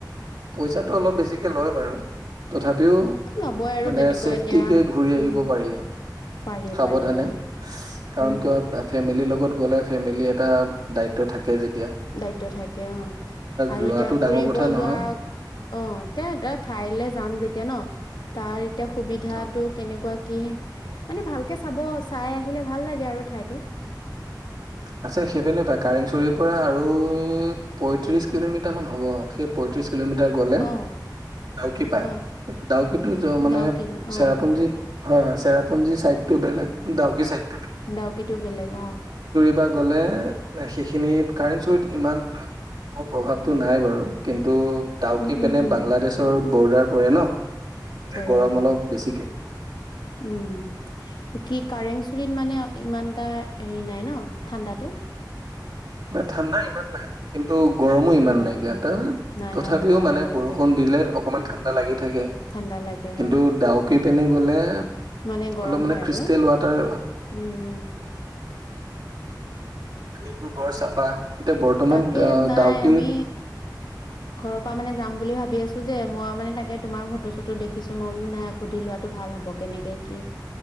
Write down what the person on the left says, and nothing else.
ল'বই আৰু
তেনেকুৱা
এতিয়া
উম
পাৰি
পাৰি অ
উম
দায়িত্ব থাকে। অঁ আৰু
এতিয়া ফুৰিব
যোৱা, অঁ এতিয়া এটা ঠাইলৈ যাম যেতিয়া ন' তাৰ এতিয়া- সুবিধাটো
কেনেকুৱা- কি? মানে ভালকে চাব, চাই আহিলে ভাল লাগে আৰু ঠাইতটো।
অ
হয়
ডাউকিলে
অ
ডাউকি টো বেলেগ অঁহ।
উম
উম উম
প ৰে
অ
উম কি কাৰেংছ। ৰিত মানে ইমান এটা হেৰি নাই ন ঠাণ্ডাটো।
নাই
নাই
অ ভাল
আৰু
এতিয়া
ঠাণ্ডা লাগে
অ
মানে গৰম
হয়
আৰু উম
উম।
তাকে
নাই
আমি ঘৰৰ পৰা মানে যাম বুলি ভাবি। ভাবি আছো যে মই মানে তাকে তোমাৰ ফটো চটো দেখিছো মই মানে নাই সুধি লোৱাটো ভাল হব কেনেকে কি।